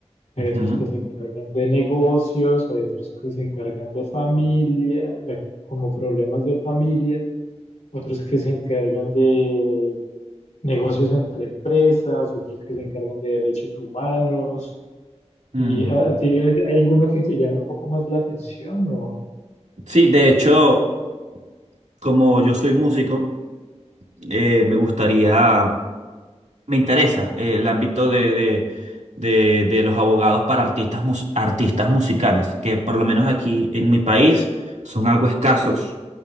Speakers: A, on the left; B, on the right.
A: hay
B: Ujú.
A: otros que se encargan de negocios, hay otros que se encargan de familia, de- como problemas de familia, otros que se encargan de negocios entre empresas, otros que se encargan de derechos humanos.
B: Mm.
A: ¿Y a, a ti hay, hay alguno que te llame un poco más la atención o
B: Sí, de hecho, como yo soy músico, eh, me gustaría, me interesa eh, el ámbito de, de, de, de los abogados para artistas, mus- artistas musicales, que por lo menos aquí en mi país son algo escasos.